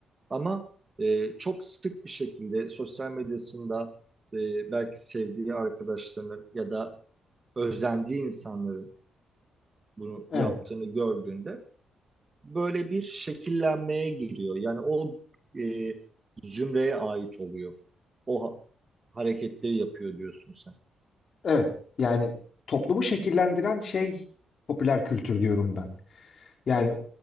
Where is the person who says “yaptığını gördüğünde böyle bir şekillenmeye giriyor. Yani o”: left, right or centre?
Right